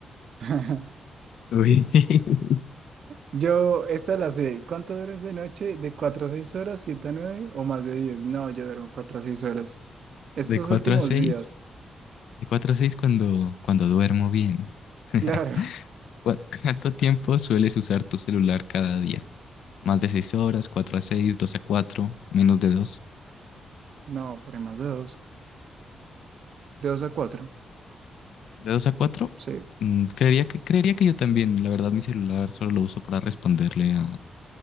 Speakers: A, on the right (about 55°); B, on the left (about 80°).
A: <laughs>
B: uy. <laughs>
A: Yo, esta la sé. ¿Cuánto duermes de noche? ¿De 4 a 6 horas, 7, a 9 o más de diez. No, yo duermo 4 a 6 horas. Estos
B: De 4
A: últimos
B: a 6
A: días,
B: de cuatro a 6 cuando, cuando duermo bien. <laughs>
A: <laughs> claro.
B: ¿Cu- ¿Cuánto tiempo sueles usar tu celular cada día? ¿Más de 6 horas, cuatro a seis dos a cuatro menos de dos
A: No, por ahí más de dos, De 2 a cuatro.
B: De 2 a 4,
A: Sí.
B: mm, creería que, creería que yo también. La verdad, mi celular solo lo uso para responderle a,